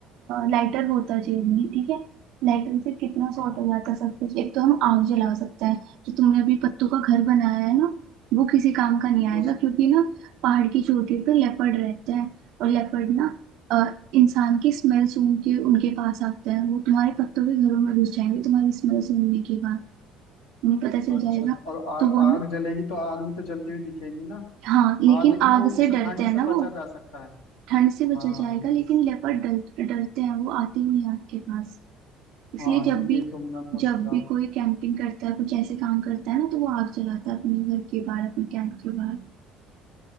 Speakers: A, on the right; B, on the left.
A: लाइटर होता जेब में ठीक है लाइटर से कितना सॉर्ट
B: हाँ
A: हो जाता सब कुछ एक तो हम आग जला सकते हैं जो तुमने अभी पत्तों का घर बनाया है ना वो किसी काम का नहीं
B: उस
A: आएगा क्योंकि ना पहाड़ की चोटी पे लेपर्ड रहते हैं और लेपर्ड ना अ, इंसान की स्मेल सूंघ के उनके पास आते हैं वो तुम्हारे पत्तों के घरों में घुस जाएंगे तुम्हारी स्मेल सूंघने के बाद उन्हें पता चल
B: अच्छा
A: जाएगा
B: तो और आ,
A: तो वो
B: आग
A: ना
B: जलेगी तो आग भी तो जलती हुई दिखेगी ना
A: हाँ लेकिन
B: हाँ लेकिन
A: आग
B: वो
A: से
B: उससे
A: डरते
B: ठंड
A: हैं
B: से
A: ना
B: बचा
A: वो
B: जा सकता है
A: ठंड से बचा
B: हाँ
A: जाएगा
B: ये
A: लेकिन लेपर्ड डर डरते हैं वो आते ही नहीं आपके पास इसलिए
B: हाँ
A: जब
B: ये
A: भी
B: ये तुमने बहुत
A: जब
B: सही कहा
A: भी कोई कैंपिंग करता है कुछ ऐसे काम करता है ना तो वो आग जलाता है अपने घर के बाहर अपने कैंप के बाहर